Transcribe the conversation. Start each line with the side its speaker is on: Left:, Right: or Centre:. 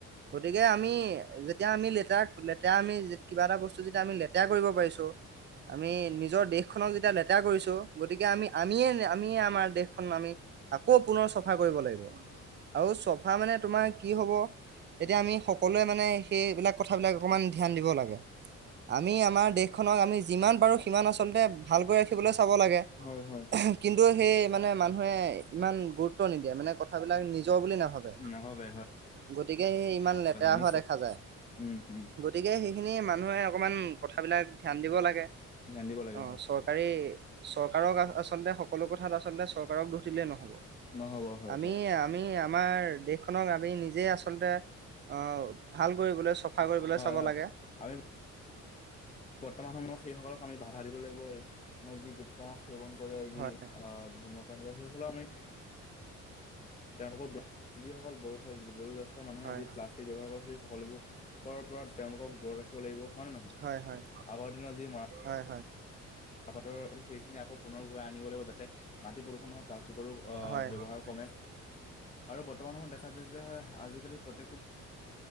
Right: গতিকে আমি এতিয়া আমি লেতেৰা আমি কিবা এটা বস্তু যেতিয়া আমি লেতেৰা কৰিব পাৰিছো আমি নিজৰ দেশখনক যেতিয়া লেতেৰা কৰিছো গতিকে আমি আমিয়ে আমিয়ে আমাৰ দেশখন আমি আকৌ পুনৰ চফা কৰিব লাগিব। আৰু চফা মানে তোমাৰ কি হব এতিয়া আমি সকলোৱে মানে সেইবিলাক কথা অকণমান ধ্যান দিব লাগে, আমি আমাৰ দেশ দেশখনক আমি যিমান পাৰো সিমান আচলতে ভালকৈ ৰাখিবলৈ চাব লাগে,
Left: হয় হয়
Right: কিন্তু সেই মানে মানুহে ইমান গুৰুত্ব নিদিয়ে মানে কথাবিলাক নিজৰ বুলি নাভাবে।
Left: নহবে হয়
Right: গতিকে সেই ইমান লেতেৰা
Left: হয় নিশ্চয়
Right: হোৱা দেখা
Left: হয়,
Right: যায়
Left: উম'। উম
Right: গতিকে সেইখিনি মানুহে অকণমান কথাবলাক ধ্যান দিব লাগে,
Left: ধ্যান দিব লাগে
Right: অ'
Left: হয়
Right: চৰকাৰী চৰকাৰক আচলতে সকলো সব কথাত আচলতে চৰকাৰক দোষ দিলেই নহ'ব।
Left: নহ'ব হয়
Right: আমি,
Left: হয়
Right: আমি আমাৰ দেশখনক আমি নিজে আচলতে অ' ভাল কৰিবলৈ কৰিবলৈ
Left: হয়,
Right: চাব
Left: হয়
Right: লাগে
Left: আমি বৰ্তমান সময়ত সেইসকলক আমি বাধা দিব লাগিব আমাৰ যি গোটখা সেৱন কৰে, যি
Right: হয়
Left: অ' ধূম্ৰপান কৰে, সেই সকলক আমি তেওঁলোকৰ, যিসকল বয়স বয়োজ্যেষ্ঠ মানুহে
Right: হয়
Left: যি প্লাষ্টিক ব্যৱহাৰ কৰে সেই <unintelligible> কৰাৰ পৰাত তেওঁলোকক দূৰ ৰাখিব লাগিব হয় নে নহয়?
Right: হয় হয়
Left: আগৰ দিনত যি মৰা
Right: হয়
Left: চাহপাতৰ সেইখিনি আকৌ পুনৰ ঘূৰাই আনিব লাগিব, যাতে মাটি প্ৰদূষুণ নহয়, প্লাষ্টিকৰো
Right: হয় হয়
Left: ব্যৱহাৰ
Right: হয়
Left: কমে আৰু বৰ্তমান সময়ত দেখা যায় যে হয় আজিকালি প্ৰত্যেকটো